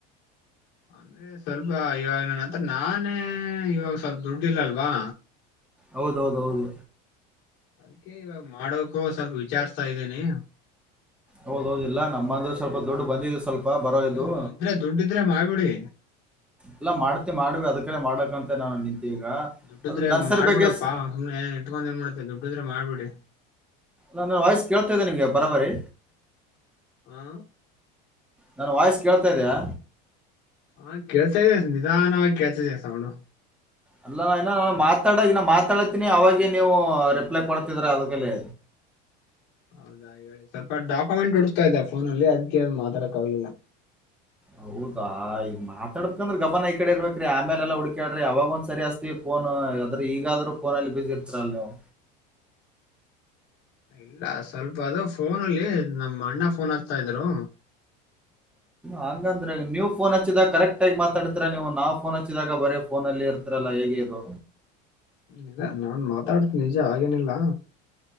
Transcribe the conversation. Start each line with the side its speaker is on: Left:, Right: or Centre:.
Left: ಅಂದ್ರೆ ಸ್ವಲ್ಪ ಇವಾಗ ನನ್ನ ಹತ್ರ ನಾನೇ ಇವಾಗ ಸ್ವಲ್ಪ ದುಡ್ಡುಲ್ಲಲ್ವಾ
Centre: ಹೌದೌದ ಹೌದು
Left: ಅ ಇವಾಗ ಮಾಡೋಕು ಸ್ವಲ್ಪ ವಿಚಾರ್ಸ್ತಾ ಇದ್ದೇನಿ
Centre: ಹೌದೌದ ಇಲ್ಲ ನಮ್ಮ ಅಂದ್ರೆ ಸ್ವಲ್ಪ ದೊಡ್ ಬಂದಿ ಸ್ವಲ್ಪ ಬರೋ
Left: ನೀವು
Centre: ಇದು
Left: ಇದ್ರೆ ದುಡ್ಡಿದ್ರೆ ಮಾಡ್ಬಿಡಿ
Centre: ಇಲ್ಲ ಮಾಡ್ತಿ ಮಾಡವಿ ಅದಕ್ರ ಮಾಡಕಂತ ನಾನು ನಿಂತೆ ಈಗ
Left: ದುಡ್ಡಿದ್ರೆ
Centre: ಅದು ನರ್ಸರಿ
Left: ಮಾಡ್ಬಿಡಪ್ಪಾ
Centre: ಬಗ್ಗೆ ಸ್
Left: ಸು್ನೆಏ ಇಟ್ಕೊಂಡ್ ಏನ್ ಮಾಡ್ತೆ ದುಡ್ಡಿದ್ರೆ ಮಾಡ್ಬಿಡಿ
Centre: ನಾನ ವಯಸ್ ಕೇಳ್ತಾ್ದನೆ ನಿಂಗೆ ಬರಾಬರಿ
Left: ಹಾ
Centre: ನನ್ ವಾಯ್ಸ್ ಕೇಳ್ತಾ ಇದ್ದಯಾ
Left: ಹಾ ಕೇಳ್ಸಾ ಇದ ನಿಧಾನವಾಗಿ ಕೇಳ್ಸ ಇದ ಸೌಂಡು
Centre: ಅಲ್ಲ ನಾ ಇನ ನಾನ ಮಾತಾಡ ಈ ನ ಮಾತಾಡತೀನಿ ಅವಾಗೆ ನೀವು ರಿಪ್ಲೈ ಕೊಡ್ತಿದ್ರ ಅದಕ್ಕೆಅಲೆ
Left: ಹೌದಾ ಸ್ವಲ್ಪ ಡಾಕ್ಯುಮೆಂಟ್ ಹುಡುಕ್ತಾ ಇದ್ದೆ ಇದದೆ ಫೋನ ಅದಕ್ಕೆ ಅ ಮಾತಾಡಕ್ ಆಗ್ಲಿಲ್ಲ
Centre: ಹೌದಾ ಈಗ ಮಾತಾಡ್ಬೇಕಂದ್ರೆ ಗಮನ ಈ ಕಡೆ ಇರ್ಬೇಕ್ರೀ ಆಮೇಲೆಲ್ಲ ಹುಡ್ಕ್ಯಾಡ್ರಿ ಅವವಾಗ ಒಂದ್ ಸರಿ ಅಸ್ತಿ ಫೋನ್ ಆದದ್ರೂ ಈಗಾದ್ ಫೋನ ಅಲ್ಲಿ ಬಿಸಿಿ ಇರ್ತರಲ್ಲ ನೀವು
Left: ಇಲ್ಲ ಸ್ವಲ್ಪ ಅದು ಫೋನ ಅಲ್ಲಿ ನಮ್ಮ್ ಅಣ್ಣ ಫೋನ್ ಹಸ್ತ ಇದ್ರು
Centre: ಹಂಗಂದ್ರೆ ನೀವು ಫೋನ್ ಹಚ್ಚಿದಾಗ ಕರೆಕ್ಟ್ ಆಗಿ ಮಾತಾಡ್ತರಾ ನೀವು ನಾವಾ ಫೋನ್ ಹಚ್ಚಿದಾಗ ಬರ ಫೋ ಅಲ್ಲಿ ಇರ್ತ ಹತ್ರಲ್ಲ ಹೇಗೆ ಇದು
Left: ಇದ ನಾನ್ ಮಾತಾಡ್ತ ನಿಜ ಹಾಗೇನಿಲ್ಲಾ